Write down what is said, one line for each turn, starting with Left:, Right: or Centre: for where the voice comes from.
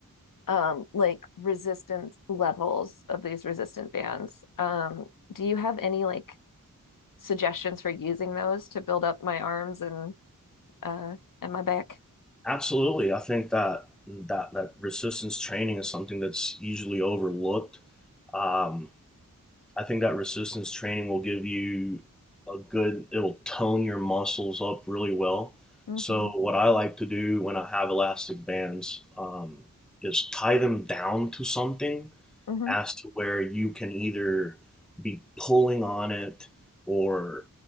Left: um like resistance levels of these resistant bands. Um, do you have any like suggestions for using those to build up my arms and uh and my back?
Centre: Absolutely, I think that that that resistance training is something that's usually overlooked. Um, I think that resistance training will give you a good, it'll tone your muscles up really well.
Left: Mm-hmm.
Centre: So, what I like to do when I have elastic bands um, is tie them down to something
Left: Mm-hmm.
Centre: as to where you can either be pulling on it or